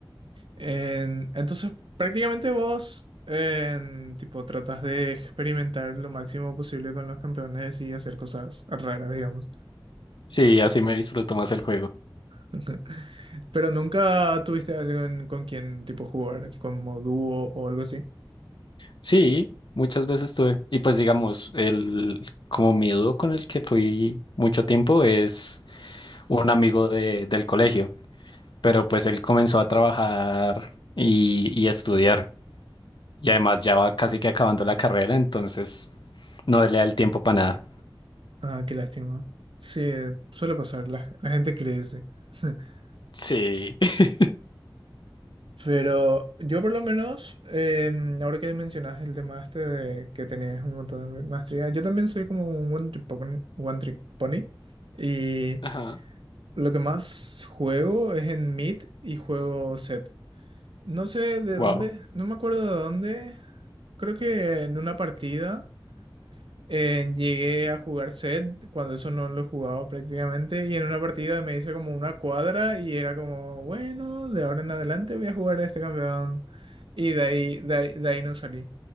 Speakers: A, on the right; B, on the left.
A: En- entonces, prácticamente vos, en, tipo, tratas de experimentar lo máximo posible con los campeones y hacer cosas raras, digamos.
B: Sí, así me disfruto más el juego.
A: <laughs> Pero nunca tuviste algo en- con quien, tipo, jugar, como dúo o algo así.
B: Sí, muchas veces tuve. Y pues digamos, el como mi dúo con el que fui mucho tiempo es un amigo de, del colegio, pero pues él comenzó a trabajar y, y a estudiar. Y además ya va casi que acabando la carrera, entonces no le da el tiempo para nada.
A: Ah, qué lástima. Sí, suele pasar, la, la gente crece. <laughs>
B: Sí. <laughs>
A: Pero yo por lo menos, em, ahora que mencionas el tema este de que tenías un montón de maestría, yo también soy como un one trick pon- one trick pony, y
B: Ajá.
A: lo que más juego es en mid y juego set. No sé de
B: Wow.
A: dónde, no me acuerdo de dónde, creo que en una partida. Eh, llegué a jugar set cuando eso no lo jugaba prácticamente y en una partida me hice como una cuadra y era como, bueno, de ahora en adelante voy a jugar a este campeón y de ahí, de ahí, de ahí no salí